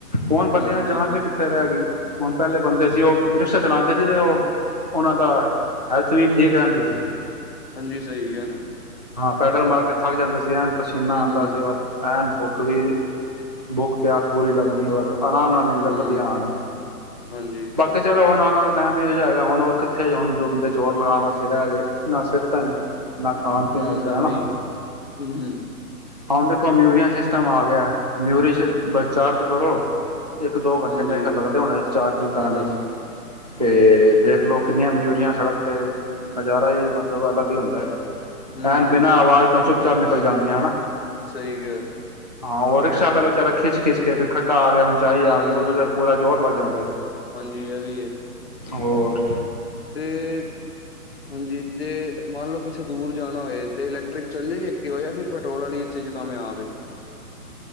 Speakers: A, on the right; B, on the left.
A: ਹੁਣ
B: ਹੂੰ
A: ਬੰਦਿਆਂ
B: ਬਿਲਕੁਲ
A: ਜਾਨ ਵੀ ਕਿੱਥੇ ਰਹਿ ਗਈ ਹੁਣ ਪਹਿਲੇ ਬੰਦੇ ਸੀ ਉਹ ਰਿਕਸ਼ਾ ਚਲਾਂਦੇ ਸੀ ਅਤੇ ਉਹ ਉਹਨਾਂ ਦਾ ਹੈਲਥ ਵੀ ਠੀਕ ਰਹਿੰਦੀ ਸੀ।
B: ਹਾਂਜੀ ਸਹੀ <unintelligible>
A: ਹਾਂ ਪੈਡਲ ਮਾਰ ਕੇ ਥੱਕ ਜਾਂਦੇ ਸੀ ਐ ਪਸੀਨਾ
B: ਹਮ
A: ਆਂਦਾ
B: ਹਮ
A: ਸੀ ਔਰ ਐਨ ਬੁੱਕ <unintelligible> ਭੁੱਖ ਤਿਆਗ ਪੂਰੀ ਲਗਣੀ ਔਰ ਆਰਾਮ ਨਾਲ ਨੀਦਰ
B: ਹਮ ਹਮ
A: ਵਧੀਆ ਆਣੇ
B: ਹਾਂਜੀ
A: ਬਾਕੀ ਚਲੋ ਉਹ ਨਾਲੇ ਟਾਈਮ ਇਹੋ ਜਾ ਹੈਗਾ ਹੁਣ ਉਹ ਕਿੱਥੇ ਹੁਣ ਜੋ ਬੰਦੇ ਜ਼ੋਰ ਲਗਾਉਣਾ ਸਿਰ ਹੈਗੇ ਨਾ ਸਿਹਤਾਂ ਨੇ। ਨਾ ਖਾਣ
B: ਹੂੰ
A: ਪੀਣ ਵਾਸਤੇ ਹਨਾ
B: ਐ ਵੀ ਹੈ ਹੂੰ ਹੂੰ।
A: ਹੁਣ ਦੇਖੋ ਮਿਊਰੀਆਂ ਸਿਸਟਮ ਆ ਗਿਆ ਮਿਊਰੀ ਚ ਬ ਚਾਰਜ ਕਰੋ ਇੱਕ ਦੋ ਘੰਟੇ
B: ਹਾਂਜੀ
A: ਮੇਰੇ ਲੱਗਦੇ ਹੋਣੇ ਚਾਰਜਿੰਗ
B: ਹਮ
A: ਕਰਨ
B: ਹਮ
A: ਵਿੱਚ ਅਤੇ ਦੇਖ ਲਓ ਕਿੰਨੀਆਂ ਮਜ਼ੂਰੀਆਂ ਸੜਕ ਤੇ ਨਜ਼ਾਰਾ ਹੀ ਮਤਲਬ ਅਲੱਗ ਹੀ ਹੁੰਦਾ ਐ।
B: ਹਮ
A: ਐਣ
B: ਹਮ
A: ਬਿਨਾਂ ਆਵਾਜ਼ ਤੋਂ ਚੁ ਚਾਰ ਨਿਕਲ ਜਾਂਦੀਆਂ ਹਨਾ।
B: ਸਹੀ ਕਿਹਾ।
A: ਹਾਂ ਉਹ ਰਿਕਸ਼ਾ ਪਹਿਲੇ ਵਿਚਾਰਾ ਖਿੱਚ-ਖਿੱਚ ਕੇ ਖੱ ਆ ਗਿਆ ਉਚਾਈ
B: ਹਮ
A: ਆ
B: ਹਮ
A: ਗਈ ਉਹਨੂੰ ਤੇ ਪੂਰਾ ਜੋਰ ਲੱਗ ਜਾਂਦਾ ਸੀ।
B: ਹਾਂਜੀ ਇਹ ਵੀ ਐ।
A: ਹੋਰ।
B: ਤੇ ਹਾਂਜੀ ਜੇ ਮੰਨ ਲਓ ਕਿਸੇ ਦੂਰ ਜਾਣਾ ਹੋਏ, ਤੇ ਇਲੈਕਟ੍ਰਿਕ ਚੱਲ ਜਾਏਗੀ ਐਕਟਿਵਾ ਜਾਂ ਫਿਰ ਪੈਟਰੋਲ ਵਾਲੀ ਇੱਥੇ ਜੋ <unintelligible>